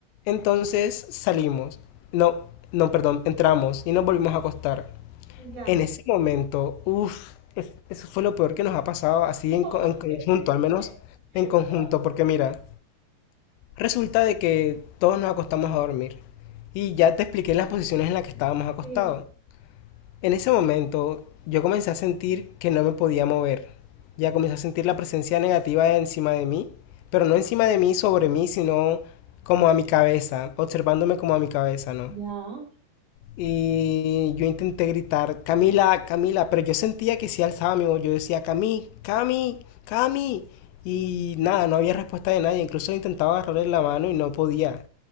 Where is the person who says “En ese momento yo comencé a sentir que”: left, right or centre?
Left